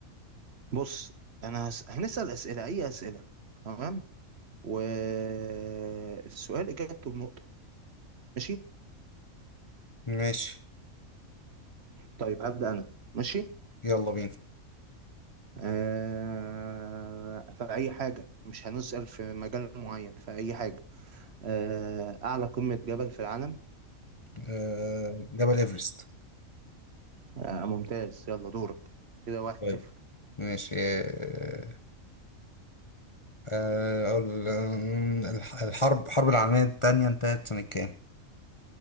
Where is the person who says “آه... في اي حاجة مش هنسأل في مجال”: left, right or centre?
Right